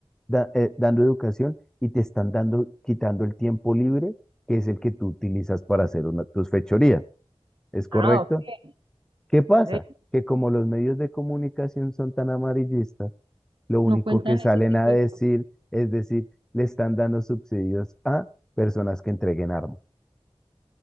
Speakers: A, in the centre; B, on the right.
A: da- eh, dando educación y te están dando, quitando el tiempo libre, que es el que tú utilizas para hacer una- tus fechorías. ¿Es correcto?
B: Ah, ok,
A: ¿Qué pasa?
B: ok.
A: Que como los medios de comunicación son tan amarillistas, lo único
B: No cuentan
A: que salen
B: ese tipo
A: a decir
B: de cosas.
A: es decir, le están dando subsidios a personas que entreguen armas.